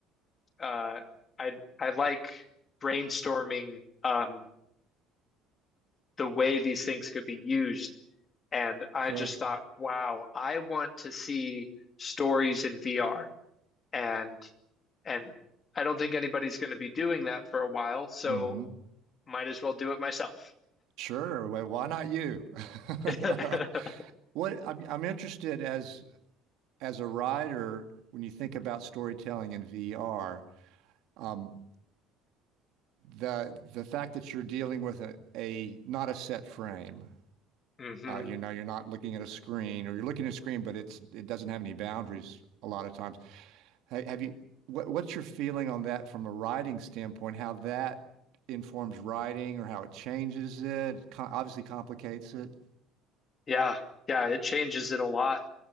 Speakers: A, on the left; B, on the right.
A: uh, I I like brainstorming um, the way these things could be used. And I
B: sure.
A: just thought, wow, I want to see stories in VR. And and I don't think anybody's going to be doing that for a while, so
B: hmm
A: might as well do it myself.
B: Sure. Well, why not you? <laughs>
A: <laughs>
B: What I'm I'm interested as as a writer, when you think about storytelling in VR, um, the the fact that you're dealing with a, a not a set frame,
A: hmm
B: uh, you know, you're not looking at a screen, or you're looking at a screen, but it's it doesn't have any boundaries a lot of times. Ha- Have you what what's your feeling on that from a writing standpoint? How that informs writing, or how it changes it? It co- obviously complicates it.
A: Yeah, yeah, it changes it a lot.